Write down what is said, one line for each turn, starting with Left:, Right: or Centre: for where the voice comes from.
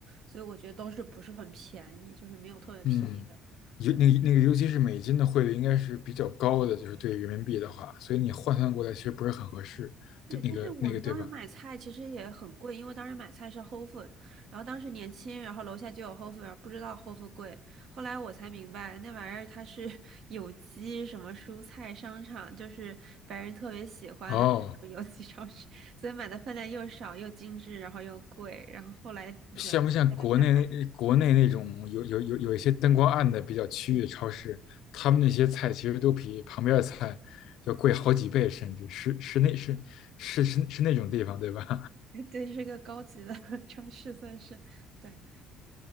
Right: 所以我觉得都是不是很便宜，就是没有特别便宜的，
Left: 嗯，尤那个那个，
Right: 对。
Left: 尤其是美金的汇率应该是比较高的，就是对人民币的话，所以你换算过来其实不是很合适，
Right: 对，
Left: 对那个那个对吧？
Right: 但是我们当时买菜其实也很贵，因为当时买菜是 Whole Food，然后当时年轻，然后楼下就有 Whole Food，然后不知道 Whole Food 贵。后来我才明白，那玩意儿它是 <laughs> 有机什么蔬菜商场，就是白人特别喜欢的那种有机超市，
Left: 哦，
Right: 所以买的分量又少又精致，然后又贵。然后后来明白了才发
Left: 像不像国内那国内那种有有有有一些灯光暗的比较区域的超市，他们那些菜其实都比旁边的菜要贵好几倍，甚至是是那是是是是那种地方，对吧？
Right: 现，<laughs> 对，是个高级的 <laughs> 超市，算是对。